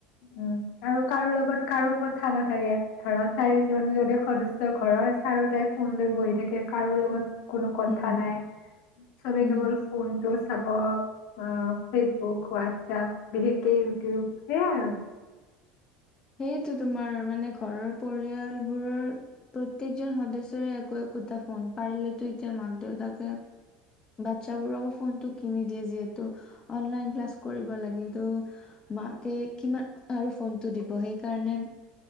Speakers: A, on the left (about 65°); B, on the left (about 20°).
A: উম আৰু কাৰো লগত কাৰো কথা নাথাকে ধৰা চাৰিজন যদি সদস্য ঘৰৰ চাৰিও তাই ফোন লৈ বহি থাকে। কাৰো লগত কোনো কথা
B: উম,
A: নাই চবে
B: উম।
A: কেৱল ফোনটো চাব। অ ফেচবুক হোৱাটছএপ বিষেককে ইউটিউব সেই আই আৰু
B: সেইটো তোমাৰ মানে ঘৰৰ পৰিয়ালবোৰৰ প্ৰতেকজন সদস্য একোটা ফোন পাৰো এতিয়া মাক দেউতাকে বাচ্ছা বোৰকো ফোন কিনি দিয়ে যে অনলাইন ক্লাচ কৰিব লাগে এইটো মাকে কিমান আৰু ফোনটো দিব। সেইকাৰণে